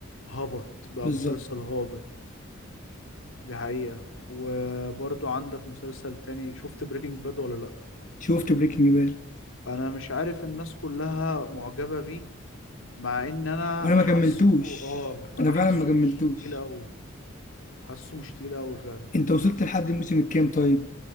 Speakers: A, on the left (about 70°); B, on the left (about 40°).
A: هبط بقى
B: بالظبط
A: مسلسل هابط دي حقيقة وبرضو عندك مسلسل تاني شفت بريكنج باد ولا لا
B: شفت بريكنج باد
A: انا مش عارف الناس كلها معجبة بيه مع ان انا
B: وانا ما
A: حاسه
B: كملتوش
A: اه انا
B: انا
A: حاسه
B: فعلا ما كملتوش
A: مش تقيل قوي حاسه مش تقيل قوي فعلا
B: انت وصلت لحد الموسم الكام طيب